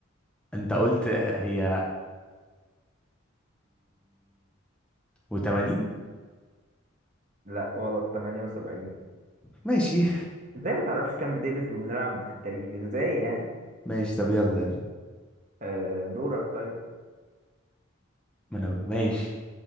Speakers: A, in the centre; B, on the right (about 35°).
A: انت قلت هي و80
B: لا غلط 78
A: ماشي
B: ازاي ما تعرفش كامب ديفيد وبنلعب في التاريخ ازاي يعني
A: ماشي طب يلا يلا
B: آه، دورك طيب
A: ما انا ماشي